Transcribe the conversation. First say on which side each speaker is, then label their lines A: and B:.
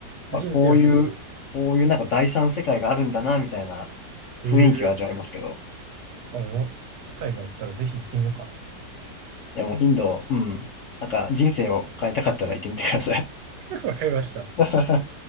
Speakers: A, on the left; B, on the right.
A: まあこういう、
B: 人生やからな。
A: こういうなんか第三世界があるんだな、みたいな
B: ええ
A: 雰囲気は味わえますけど。
B: あ、もう、機会があったらぜひ行ってみようか
A: いやもうインド、うん。なんか人生を変えたかったら行ってみてください。
B: な。<laughs> わかりました。
A: <laughs>